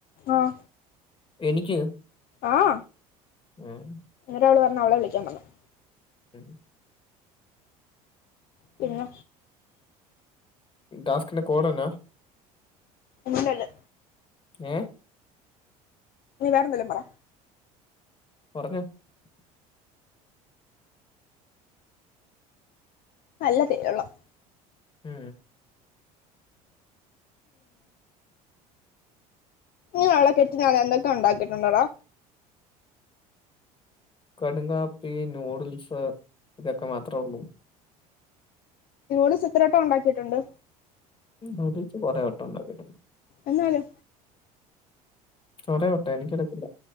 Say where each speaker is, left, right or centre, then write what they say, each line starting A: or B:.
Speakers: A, on the left; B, on the left.
A: ആഹ
B: എനിക്ക്
A: ആഹ
B: ഉം
A: ഇങ്ങ അവള് പറഞ്ഞ അവളെ വിള കമല <unintelligible>
B: ഉം <unintelligible>
A: പിന്ന
B: ഡാസ്ക്ന്റെ കോടന്നാ
A: ഇന്നില്ലല്ലോ
B: ഏ
A: നീ വേറെ എന്തേലും പറ
B: പറഞ്ഞ പറഞ്ഞു പറഞ്ഞു
A: നല്ലതരുള്ളാം
B: ഉം
A: ഇ അവിടെ കെറ്റി അത എന്തൊക്കെ ഉണ്ടാക്കിട്ടുണ്ടോടാ
B: കടങ്കാപ്പി നൂഡിൽസ് ഇതൊക്കെ മാത്രേ ഉള്ളു
A: ഇോല ചിത്രനോട്ടം ഉണ്ടാക്കിട്ടുണ്ട്
B: എന്താന്നുവെച്ചാൽ പറ <unintelligible>
A: എന്നാലോ
B: പറ കേട്ടെ എനിക്കിടുത്തില്ല